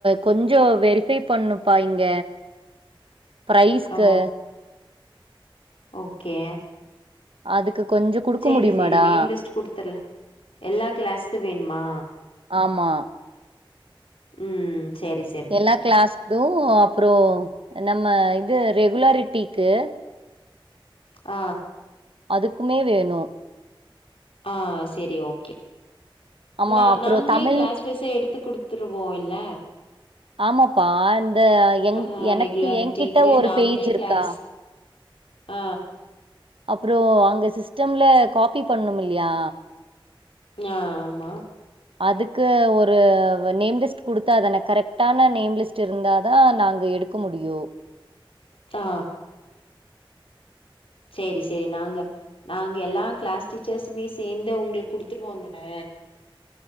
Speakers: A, on the right; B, on the left.
A: கொஞ்சோ வெரிஃபை பண்ணுப்பா இங்க பிரைஸ்க்கு
B: ஓ ஓகே
A: அதுக்கு கொஞ்சோ குடுக்க
B: சேரி
A: முடியுமாடா
B: சேரி நேம்லிஸ்ட் குடுத்துரு எல்லா கிளாஸ்த்தும் வேணுமா
A: ஆமா
B: ம் செரி செ
A: எல்லா கிளாஸ்தும் அப்றோ நம்ம இது ரெகுலாரிட்டிக்கு
B: ஆ
A: அதுக்குமே வேணும்
B: ஆ சேரி ஓகே
A: ஆமா
B: நா
A: அப்புறோ
B: நாங்களே
A: தமிழ்
B: கிளாஸ் சாக எடுத்து குடுத்துருவோ இல்ல
A: ஆமாப்பா இந்த என்
B: ஆ
A: எனக்கு
B: ரெகுலாரிட்டிக்கு
A: என்கிட்ட ஒரு
B: நாங்களே
A: பேஜ் இருக்கா
B: கிளாஸ் ஆ
A: அப்றோ அங்க சிஸ்டம்ல காப்பி பண்ணுமில்லயா
B: ஆ ஆமா
A: அதுக்கு ஒரு நேம் லிஸ்ட் குடுத்தாதான கரெக்டான நேம் லிஸ்ட் இருந்தாதா நாங்க எடுக் க முடியு
B: ஆ சேரி சேரி நாங்க நாங்க எல்லா கிளாஸ் டீச்சர்ஸுமே சேந்து உங்களுக்கு குடுத்துருவோந்தான